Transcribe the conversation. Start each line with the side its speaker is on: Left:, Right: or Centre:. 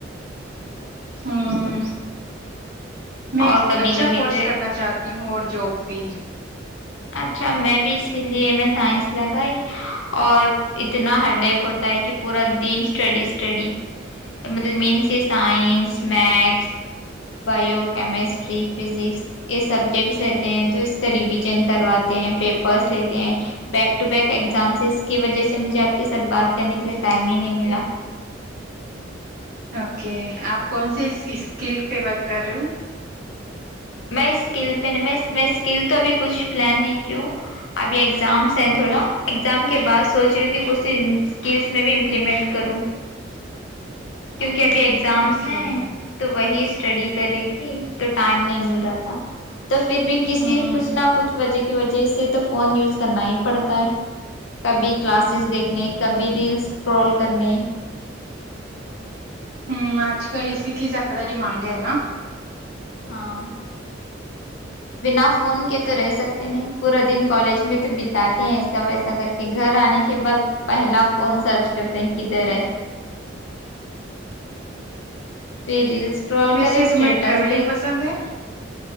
Right: ہاں میں
Left: اور کبھی
Right: اچھا
Left: کبھی
Right: کورس
Left: تو
Right: کرنا چاہتی ہوں اور جاب بھی <inaudible>
Left: اچھا میں بھی اسی لیے میں سائنس لگائی اور اتنا ہیڈیک ہوتا ہے کہ پورا دن اسٹڈی اسٹڈی مطلب مین سے science maths bio chemistry physics یہ سبجیکٹس رہتے ہیں تو اس کا ریوزن کرواتے ہیں پیپرس لیتے ہیں بیک ٹو بیک ایگزامس اس کی وجہ سے مجھے آپ کے ساتھ بات کرنے کے لیے ٹائم ہی نہیں ملا
Right: اوکے آپ کون سے اس اسکل پہ ورک کر رہے ہو
Left: میں اسکل پہ نہیں میں اسکل تو ابھی کچھ پلان نہیں کیوں ابھی ایگزامس ہیں تھوڑا ایگزام کے بعد سوچ رہی ہوں کہ کچھ اسکلس میں بھی امپلیمنٹ کروں <unintelligible> ابھی ایگزامس
Right: اوکے
Left: ہیں تو وہی اسٹڈی کری تھی تو ٹائم نہیں مل رہا تھا تو پھر بھی کسی
Right: ہ
Left: کچھ نہ کچھ وجہ کی وجہ سے تو فون یوز کرنا ہی پڑتا ہے کبھی کلاسز دیکھنے کبھی ریلس اسکرول کرنے
Right: ہ آج کل اسی کی زیادہ ڈیمانڈ ہے نا
Left: ہاں بنا فون کے تو رہ سکتے نہیں پورا دن کالج میں تو بتاتے ہیں ایسا ویسا کر کے کہ گھر آنے کے بعد پہلا فون سرچ کرتے ہیں کدھر ہے پھر ریل اسکرول
Right: ویسے
Left: کرے اسٹیٹس
Right: تمہیں ٹریولنگ
Left: دیکھ
Right: پسند ہے